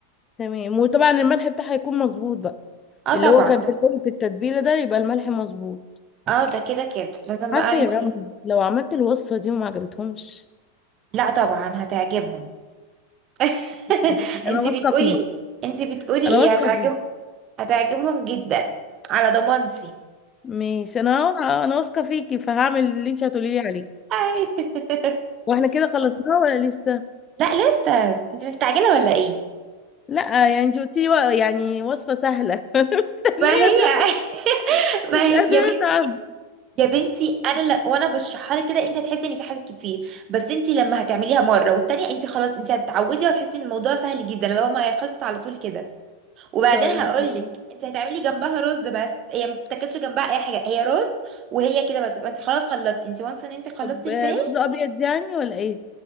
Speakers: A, on the left; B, on the right.
A: تمام وطبعا الملح بتاعها هيكون مظبوط بقى
B: اه
A: اللي
B: طبعا
A: هو كان
B: ده
A: في الأول في التتبيله ده يبقى الملح مظبوط
B: اه ده كده كده لازم
A: عارفه
B: بقى انت
A: يا رنا لو عملت الوصفه دي وما عجبتهمش
B: لا طبعا هتعجبهم <laughs>
A: ماشي
B: انت
A: انا واثقه
B: بتقولي
A: فيك
B: ايه انت بتقولي
A: انا
B: ايه
A: واثقه
B: هتعجبهم
A: فيك
B: هتعجبهم جدا على ضمانتي
A: ماشي انا انا واثقه فيكي فهعمل اللي انت هتقولي لي عليه
B: <laughs> أي.
A: واحنا كده خلصناه ولا لسه
B: لا لسه انت مستعجله ولا ايه
A: لا يعني انت قلتي لي وا- يعني وصفه سهله <laughs> انا مستنيه
B: ما هي <laughs>
A: تخلص
B: ما
A: مش
B: هي
A: قادره
B: يا بنتي
A: اتعب
B: يا بنتي انا ل... وانا بشرحها لك كده انت هتحسي ان في حاجات كتير بس انت لما هتعمليها مره والتانيه انت خلاص انت هتتعودي وهتحسي ان الموضوع سهل جدا لو ما هي خلصت على طول كده وبعدين
A: طيب
B: هقول
A: ماشي.
B: لك انت هتعملي جنبها رز بس هي ما بتاكلش جنبها اي حاجه هي رز وهي كده بس انت خلاص خلصتي انت وانس ان انت خلصتي
A: طب
B: الفراخ
A: آه، بيض ابيض يعني ولا ايه